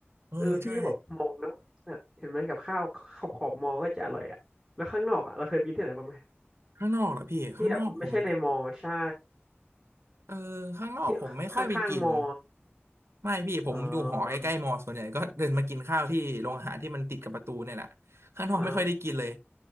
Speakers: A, on the right; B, in the centre.
A: เออใช่
B: เออพี่ก็แบบมองนะว่าเนี่ยเห็นไหมกับข้าวขอบขอบมองก็จะอร่อยอ่ะแล้วข้างนอกอ่ะเราเคยไปกินที่ไหนบ้างไหม
A: ข้างนอกเหรอพี่ข้างนอกผม
B: ที่แบบไม่ใช่ในมอใช่
A: เออข้างนอกผมไม่ค่อยไปกิน
B: ที่ข้างๆมอ
A: ไม่พี่ผมอยู่หอใกล้ๆมอส่วนใหญ่ก็เดินมากินข้าวที่โรงอาหารที่มันติดกับประตูเนี่ยแหละข้างนอกไม่ค่อยได้กินเลย
B: อ๋ออ่า